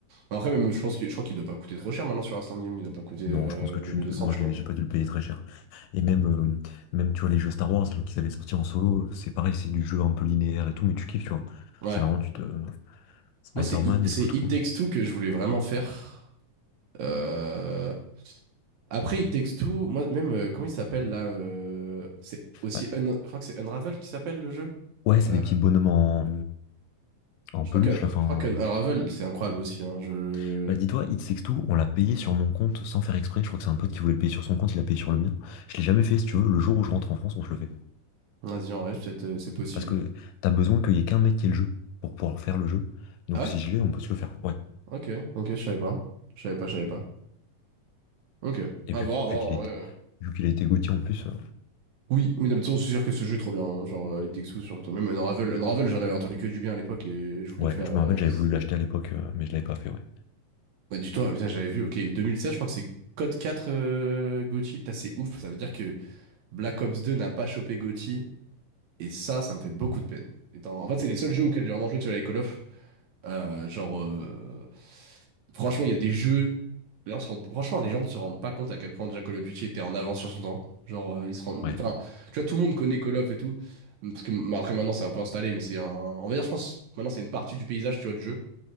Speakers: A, on the right; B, on the left.
A: Mais après, même, je pense que, je crois qu'il doit pas coûter trop cher maintenant sur Instant Game, il doit pas coûter
B: Non,
A: euh,
B: je pense que
A: 2200,
B: tu. Moi,
A: tu
B: je
A: vois.
B: l'ai, j'ai pas dû le payer très cher. Et même, euh, même tu vois, les jeux Star Wars, là, qu'ils avaient sortis en solo, c'est pareil, c'est du jeu un peu linéaire et tout, mais tu kiffes, tu vois.
A: Ouais.
B: C'est vraiment, tu te, Spider-Man,
A: Moi, c'est I- c'est
B: il coûte
A: It
B: combien?
A: Takes Two que je voulais vraiment faire. Euh, Après, It Takes Two, moi, même, euh, comment il s'appelle là euh, C'est aussi.
B: Ouais,
A: Un- Je crois que c'est Unravel qui s'appelle le jeu.
B: Ouais,
A: Euh,
B: c'est des petits bonhommes en, en
A: Je
B: peluche,
A: crois que,
B: là. Enfin,
A: je crois qu'Unravel, c'est incroyable aussi. hein. Je...
B: euh, bah, dis-toi, It Takes Two, on l'a payé sur mon compte sans faire exprès. Je crois que c'est un pote qui voulait le payer sur son compte, il l'a payé sur le mien. Je l'ai jamais fait, si tu veux. Le jour où je rentre en France, on se le fait.
A: Vas-y, en vrai, peut-être euh, c'est possible.
B: Parce que t'as besoin qu'il y ait qu'un mec qui ait le jeu pour pouvoir faire le jeu. Donc
A: Ah ouais?
B: si je l'ai, on peut se le faire. Ouais.
A: Ok, ok, je savais pas. Je savais pas, je savais pas. Ok.
B: Et
A: À
B: vu,
A: voir,
B: que-
A: à voir,
B: vu qu'il
A: en
B: était,
A: vrai, euh.
B: vu qu'il a été Gauthier en plus, euh,
A: Oui, oui, non, mais de toute façon, c'est sûr que ce jeu est trop bien. hein. Genre, euh, It Takes Two, surtout. Même Unravel, Unravel, j'en avais entendu que du bien à l'époque et je voulais
B: ouais,
A: le faire.
B: je
A: euh,
B: me rappelle, j'avais
A: c'est-
B: voulu l'acheter à l'époque, euh, mais je l'avais pas fait, ouais.
A: Bah, dis-toi, ah, putain, j'avais vu, ok, 2007, je crois que c'est Code quatre euh, GOTY. Putain, c'est ouf, ça veut dire que Black Ops 2 n'a pas chopé GOTY, et ça, ça me fait beaucoup de peine. Étant- En fait, c'est les seuls jeux auxquels j'ai vraiment joué, tu vois, les Call of. Euh, genre, euh, franchement, il y a des jeux. là, on se rend- Franchement, les gens ne se rendent pas compte à quel point déjà Call of Duty était en avance sur son temps. Genre, euh, ils se rendent.
B: Ouais,
A: Enfin, tu vois, tout le monde connaît Call of et tout. Parce que bah, après, maintenant, c'est un peu installé, mais c'est un. On va dire, je pense, maintenant, c'est une partie du paysage, tu vois, du jeu.